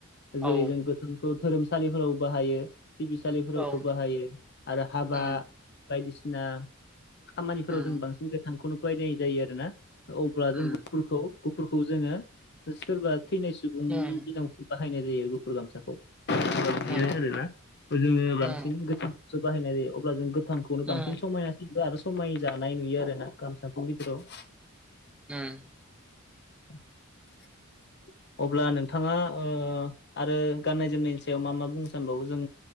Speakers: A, on the left; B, in the centre.
A: जेरै
B: औ
A: जों गोथोंखौ धोरोम साालिफोराव बाहायो बिसालिफोरावबो
B: औ उम
A: बाहायो आरो हाबा
B: उम
A: बायदिसि नाम खामानिफोराव
B: उम
A: जों बांसिन गोथांखौनो <unintelligible> जायो आरो ना अब्ला
B: उम
A: जों गुुफुरखौ गुफुरखौ जोङो सोरबा थैनाय सुबुंनि
B: उम
A: दिनाव बा बाहायनाय जायो गुफुर गामसाखौ बिदिनो
B: उम
A: आरोना जोङो बांसिन
B: उम
A: गोथ जो बाहायनाय जायो अब्ला गो गोथांखौनो
B: उम
A: बांसिन समायनासिन आरो सो समाय जानाय नुयो आरो ना गामसाजों <unintelligible>
B: ओम
A: बांसिन अब्ला नोंथाङा ओ आरो गाननाय जोमनायनि सायाव मा मा बुंनो सानबावो जों